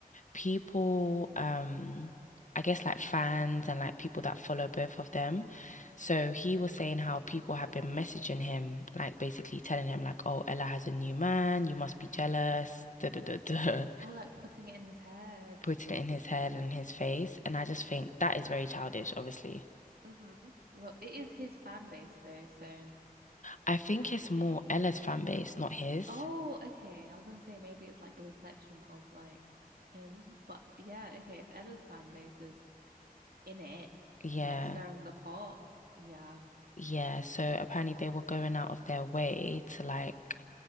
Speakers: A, on the left (about 55°); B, on the right (about 80°).
A: people, um, I guess like fans and like people that follow both of them. So he was saying how people have been messaging him, like basically telling him like, "Oh, Ella has a new man. You must be jealous." Da da da da.
B: oh, like putting it in his head.
A: <laughs> Putting it in his head and his face, and I just think that is very childish, obviously.
B: Mm-hmm. Well, it is his fan base though, so.
A: I think it's more Ella's fan base, not his.
B: Oh, okay. I was gonna say maybe it's like a reflection of like him, but yeah, okay. If Ella's fan base is in it,
A: Yeah.
B: like stirring the pot, yeah.
A: Yeah, so apparently they were going out of their way to like